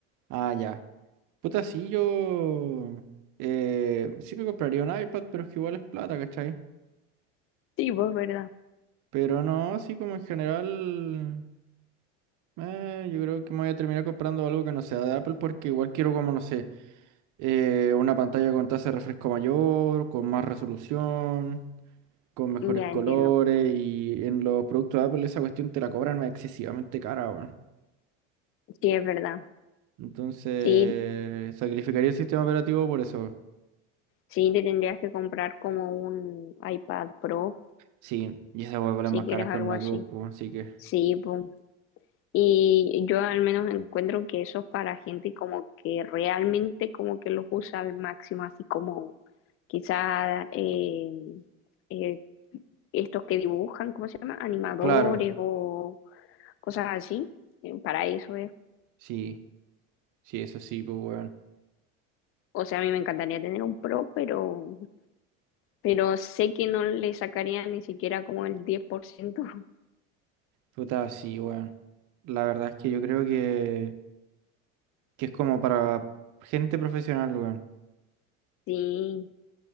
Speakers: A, on the right; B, on the left.
A: Ah, ya. Puta, sí, yo. Eh, sí me compraría un iPad, pero es que igual es plata, ¿cachai?
B: Sí, pues verdad.
A: Pero no, así como en general. eh, yo creo que me voy a terminar comprando algo que no sea de Apple, porque igual quiero, como no sé. eh, una pantalla con tasa de refresco mayor, con más resolución, con mejores
B: Ya
A: colores
B: entiendo.
A: y en los productos de Apple esa cuestión te la cobran excesivamente cara, weón.
B: Sí, es verdad.
A: Entonces,
B: Sí,
A: sacrificaría el sistema operativo por eso. weón.
B: sí, te tendrías que comprar como un iPad Pro
A: Sí, y esas weas valen
B: si
A: más caras
B: quieres algo
A: que un notebook,
B: así.
A: pues, así que,
B: Sí, pues. Y yo al menos encuentro que eso es para gente como que realmente como que los usa al máximo, así como quizá eh, eh, estos que dibujan, ¿cómo se llama? Animadores
A: claro,
B: o cosas así. Eh, Para eso es.
A: sí, sí, eso sí, pues, weón.
B: O sea, a mí me encantaría tener un pro, pero, pero sé que no le sacaría ni siquiera como el diez por ciento <laughs>
A: Puta, sí, weón. La verdad es que yo creo que, que es como para gente profesional, weón.
B: Sí,